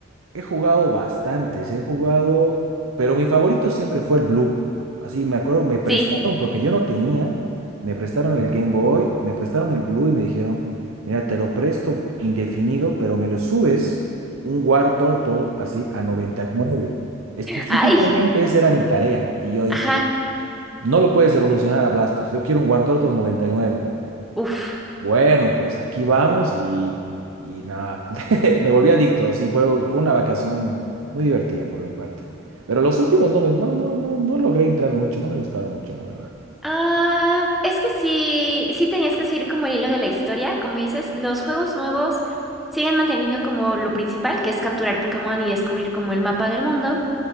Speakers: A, on the right; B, in the centre.
A: he jugado bastantes, he jugado, pero mi favorito siempre fue el Blue. Así me acuerdo, me prestaron
B: Sí.
A: porque yo no tenía, me prestaron el Game Boy, me prestaron el Blue y me dijeron, mira, te lo presto indefinido, pero me lo subes un War Turtle así a noventa y nueve Específicamente
B: Ay,
A: esa era mi tarea. Y yo dije,
B: ajá.
A: no lo puedes evolucionar a Blastos. Yo quiero un Wartortle 99.
B: Uf.
A: Bueno, pues aquí vamos y, y nada, <laughs> me volví adicto. Así fue, fue una vacación muy divertida por mi parte. Pero los últimos no me, no, no, no, no logré entrar mucho, no me gustaron mucho, la verdad.
B: Ah, es que sí, sí tenías que seguir como el hilo de la historia, como dices, los juegos nuevos siguen manteniendo como lo principal, que es capturar Pokémon y descubrir como el mapa del mundo.